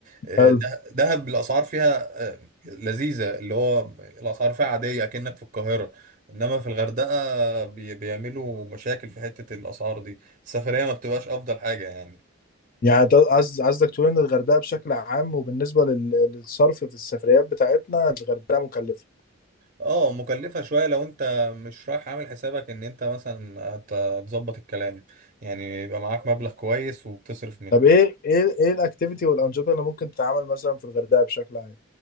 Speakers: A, on the right (about 40°); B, on the left (about 45°).
A: آه،
B: حلو
A: ده- دهب الاسعار فيها آه، لذيذه اللي هو الاسعار فيها عاديه اكنك في القاهره انما في الغردقه بي- بيعملوا مشاكل في حته الاسعار دي السفرية ما بتبقاش أفضل حاجة يعني
B: يعني ت- قصد- قصدك تقول ان الغردقه بشكل عام وبالنسبه لل- للصرف في السفريات بتاعتنا الغردقه مكلفه
A: اه مكلفة شوية لو انت مش رايح عامل حسابك ان انت مثلا هت- هتظبط الكلام يعني يبقى معاك مبلغ كويس وبتصرف منه
B: طب ايه ايه ايه الاكتيفيتي والانشطه اللي ممكن تتعمل مثلا في الغردقه بشكل عام